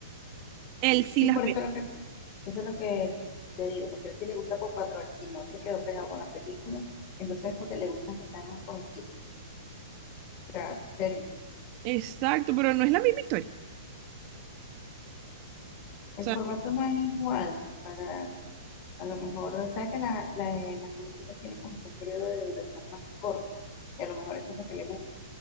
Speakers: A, on the right; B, on the left.
A: él sí
B: Sí,
A: las
B: por
A: ve.
B: eso es lo que, eso es lo que te digo, porque si le gusta Paw Patrol y no se quedó pegado con la película, entonces es porque le gustan que sean unos comiquitos, o sea, series.
A: Exacto, pero no es la misma historia. O
B: El
A: sea,
B: formato no es igual para, a lo mejor, o sea que la, la, las comiquitas tienen como que un periodo de duración más corto, y a lo mejor eso es lo que le gusta,